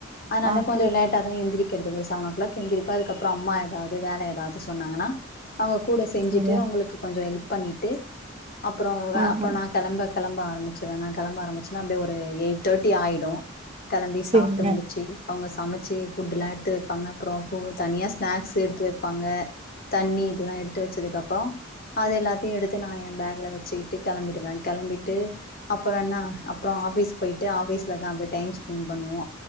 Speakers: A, on the left; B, on the right.
A: அனால
B: ஆ
A: கொஞ்சோ லேட்டாதா எந்திரிக் கிறது ஒரு செவன் ஓ கிளாக் எந்திரிப்ப அதுக்கப்பறோ அம்மா எதாவது வேல எதாவது சொன்னாங்கன்னா அவுங்க கூட செஞ்சிட்டு
B: செரிங்க
A: அவுங்களுக்கு கொஞ்சொ எல்ப் பண்ணிட்டு அப்புறோ
B: ஆஹா
A: அப்புறோ நா கிளம்ப கிளம்ப ஆரம்பச்சிருவ நா கிளம்ப ஆரம்பிச்சனா அப்படி ஒரு எயிட் தேர்டி ஆயிடு கெளம்பி
B: செரிங்க
A: சாப்ட்டு முடிச்சு அவுங்க சமச்சு புட் எல்லாம் எடுத்து வைப்பாங்க அப்பறம் தனியா ஸ்நாக்ஸ எடுத்து வைப்பாங்க தண்ணி இதெல்லா எடுத்து வச்சதுக்கு அப்பறம் அது எல்லாத்தையும் எடுத்து நா எ பேக்ல வச்சுகிட்டு கிளம்பிடுவே கிளம்பிட்டு அப்புறம் என்ன அப்புறம் ஆபஸ் போயட்டு ஆபீஸ்லான் அ டைம் ஸ்ப் பண்ணுவம்